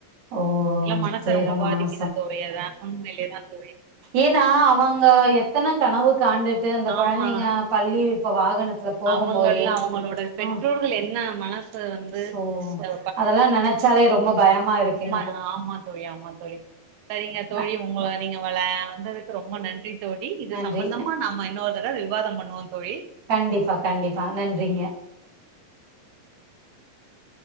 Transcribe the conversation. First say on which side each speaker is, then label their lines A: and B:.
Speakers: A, on the right; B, on the right.
A: ஓ
B: எல்லா மனச
A: துயரமான
B: ரொம்ப பாதிக்குது துவையாதா உண்மிலையதா தோழி
A: ஏனா அவங்க எத்தனை கனவு காண்டுட் ட்டு அந்த கொழந்தைங்க
B: ஆமா.
A: பள்ளி இப்ப வாகனத்துல போகும்போது
B: அவங்கள்ல அவங்களோட பெற்றோர்கள்
A: ஆ
B: என்ன மனசு வந்து
A: சோ
B: அ
A: அதெல்லா நெனைச்சாலே ரொம்ப பயமா இருக்கு
B: அம்மா தா ஆமா தோழி ஆமா தோழி சரிங்க தோழி
A: ந
B: ஒங்கள நீங்க வள வந்ததுக்கு ரொம்ப நன்றி தோழி இது
A: நன்றி
B: சம்பந்தமா நாம் இன்னொரு தடவ விவாதம் பண்ணுவோ தோழி
A: கண்டிப்பா கண்டிப்பா நன்றிங்க